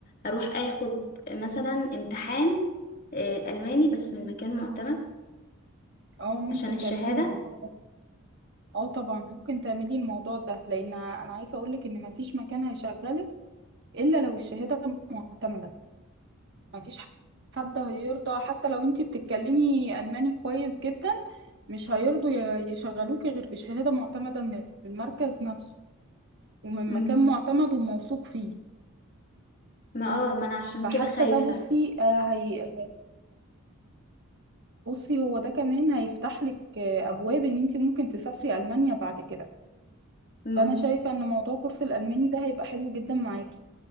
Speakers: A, on the left; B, on the right.
A: اروح اخد مثلا امتحان آه، ألماني بس من مكان معتمد
B: اه ممكن
A: عشان الشهادة
B: تعملي الموضوع ده اه طبعا ممكن تعملي الموضوع ده لان انا عايزة اقولك ان مفيش مكان هيشغلك الا لو الشهادة معتمدة مفيش حد هيرضى حتى لو انتي بتتكلمي ألماني كويس جدا مش هيرضوا ي- يشغلوكي غير بشهادة معتمدة من المركز نفسه ومن
A: امم
B: مكان معتمد وموثوق فيه
A: ما اه ما انا عشان
B: فحتى
A: كده خايفة
B: ده بصي آه، هي بصي هو ده كمان هيفتح لك آه، أبواب إن انتي ممكن تسافري ألمانيا بعد كده
A: امم
B: فأنا شايفة إن موضوع كورس الألماني ده هيبقى حلو جدا معاكي